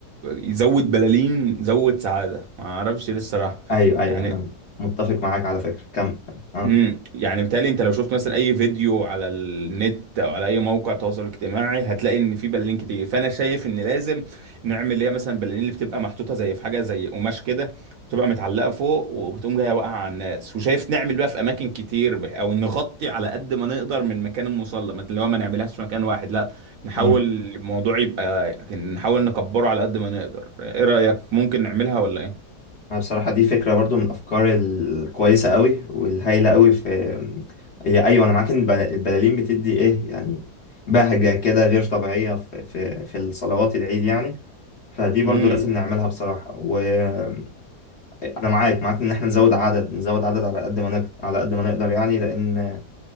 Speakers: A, on the right; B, on the left.
A: يزود بلالين زود سعاده ما اعرفش ليه الصراحه
B: ايوه ايوه
A: يعني
B: انا متفق معاك على فكره كم كم اه
A: امم يعني بالتالي انت لو شفت مثلا اي فيديو على النت او على اي موقع تواصل اجتماعي هتلاقي ان في بلالين كتير فانا شايف ان لازم نعمل اللي هي مثلا بلالين اللي بتبقى محطوطه زي في حاجه زي قماش كده بتبقى متعلقه فوق وبتقوم جايه واقعه على الناس وشايف نعمل بقى في اماكن كتير ب- او نغطي على قد ما نقدر من مكان المصلى ما اللي هو ما نعملهاش في مكان واحد لا نحاول
B: أمم.
A: الموضوع يبقى نحاول نكبره على قد ما نقدر ايه رايك ممكن نعملها ولا ايه
B: انا بصراحه دي فكره برضو من الافكار الكويسه قوي والهايله قوي في هي ايوه انا معاك ان البل- البلالين بتدي ايه يعني بهجه كده غير طبيعيه في في في الصلوات العيد يعني فدي برضو
A: امم
B: لازم نعملها بصراحه وانا معاك معاك ان احنا نزود عدد نزود عدد على قد ما نقدر على قد ما نقدر يعني لان